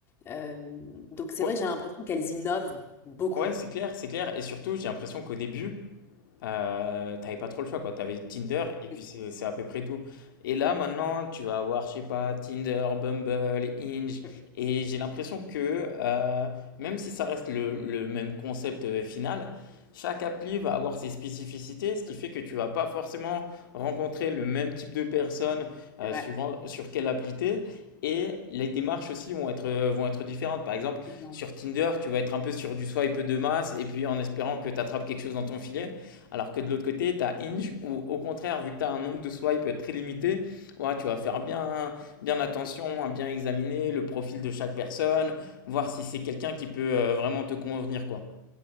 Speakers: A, on the left; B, on the left.
A: Euh, donc c'est
B: Ouais,
A: vrai que j'ai l'impression qu'elles innovent beaucoup.
B: Ouais, c'est clair, c'est clair. Et surtout, j'ai l'impression qu'au début, euh, t'avais pas trop le choix, quoi. T'avais Tinder et puis
A: C'est ça.
B: c'est c'est à peu près tout. Et là, maintenant,
A: C'est ça.
B: tu vas avoir, je sais pas, Tinder, Bumble, Hinge.
A: Mm,
B: Et j'ai l'impression que, euh, même si ça reste le, le même concept euh, final, chaque appli va avoir ses spécificités, ce qui
A: mm,
B: fait que tu vas pas forcément rencontrer le même type de personnes euh,
A: C'est vrai.
B: suivant sur quelle appli t'es. Et les démarches aussi vont être, euh, vont être différentes. Par exemple,
A: Différent.
B: sur Tinder, tu vas être un peu sur du swipe de masse et puis en espérant que tu attrapes quelque chose dans ton filet. Alors que de l'autre côté, tu as Hinge où, au contraire, vu que tu as un nombre
A: <laughs>
B: de swipes très limité, ouais, tu vas faire bien, bien attention à bien examiner le profil de chaque personne, voir si c'est quelqu'un qui peut euh, vraiment te convenir, quoi.